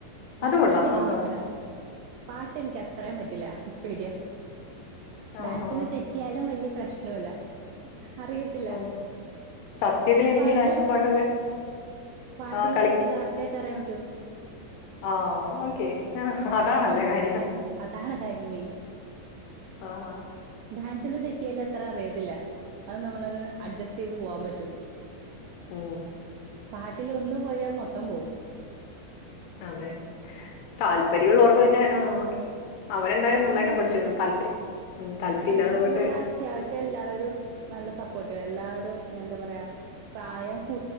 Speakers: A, on the right (about 90°); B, on the left (about 80°).
A: ഡാൻസില്
B: അത് കൊള്ളാം
A: പിന്നെ
B: ആഹ്
A: കുഴപ്പില്ല പാട്ടനിക്ക് അത്രയും പറ്റില്ല പേടിയ
B: ആഹാ
A: ഡാൻസില് തെറ്റ് റ്റിയാലും വലിയ പ്രശ്നവല്ല അറിയത്തില്ല
B: ഉം സത്യത്തിൽ എനിക്ക്
A: പാട്ടിൽ
B: ഈ ഡാൻസും പാട്ടും ഒക്കെ
A: പാട്ടിൽ
B: ആഹ്
A: തെറ്റി കറക്റ്റ് ആയിട്ട് അറിയാൻ പറ്റോ
B: ആഹ ഓക്കെ ആ അതാണല്ലോ കാര്യം
A: അതാണ് കാര്യം മെയിൻ
B: ആഹാ
A: ഡാൻസിൽ തെറ്റിയാല അത്ര അറിയത്തില്ല അത് നമ്മളങ്ങ് അഡ്ജസ്റ്റ് ചെയ്ത് പോവാൻ പറ്റും
B: ഉ
A: പാട്ടിൽ ഒന്ന് പോയാൽ മൊത്തം പോവും
B: അതെ താല്പര്യമുള്ളവർക്ക് പിന്നെ ആ അവരെന്തായാലും നന്നായിട്ട്
A: അത് കൊഴപ്പൊന്നുല്ല
B: പഠിച്ചുടുക്ക താപര്ം ഉം താല്പര്യംല്ലാതെ
A: ആ ഞങ്ങക്ക്
B: പോയിട്ട്
A: ഇവിടെ അത്യാവശ്യം എല്ലാവരും നല്ല സപ്പോർട്ടീവ് എല്ലാവരും എന്താ പറയാ പ്രായം കു